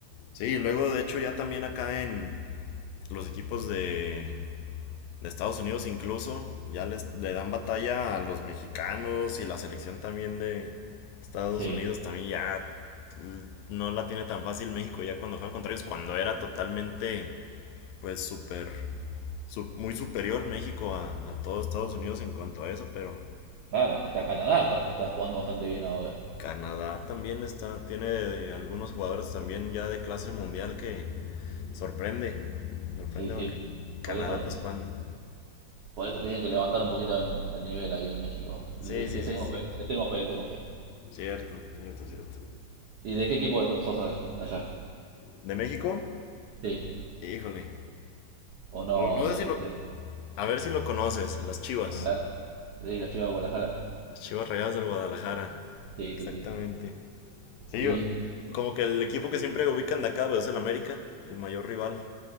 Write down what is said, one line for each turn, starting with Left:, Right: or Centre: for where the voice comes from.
Left: Sí, luego de hecho ya también acá en los equipos de, de Estados Unidos incluso, ya les, le dan batalla a los mexicanos y la selección también de Estados
Right: Sí.
Left: Unidos también ya l- no la tiene tan fácil México ya cuando juegan contra ellos, cuando era totalmente pues súper, su- muy superior México a, a todo Estados Unidos en cuanto a eso, pero
Right: Claro, hasta Canadá está, está jugando bastante bien ahora.
Left: Canadá también está, tiene de- de algunos jugadores también ya de clase mundial que sorprende, sorprende
Right: Sí, sí,
Left: porque Canadá
Right: por eso,
Left: pues cuando.
Right: por eso tienen que levantar un poquito el, el nivel ahí en México.
Left: Sí,
Right: Les,
Left: sí,
Right: les
Left: sí,
Right: tengo
Left: sí,
Right: fe, les tengo fe, les tengo fe.
Left: cierto, cierto, cierto.
Right: ¿Y de qué equipo sos sos de allá?
Left: ¿De México?
Right: Sí,
Left: Híjole.
Right: o no,
Left: No, no
Right: no
Left: sé si
Right: te
Left: lo.
Right: interesa.
Left: A ver si lo conoces, las Chivas.
Right: A ver, de la Chiva de Guadalajara.
Left: Las Chivas Rayadas del Guadalajara.
Right: Sí,
Left: Exactamente.
Right: sí, sí.
Left: Sí,
Right: ¿Y?
Left: yo. Como que el equipo que siempre ubican de acá pues, es el América, el mayor rival.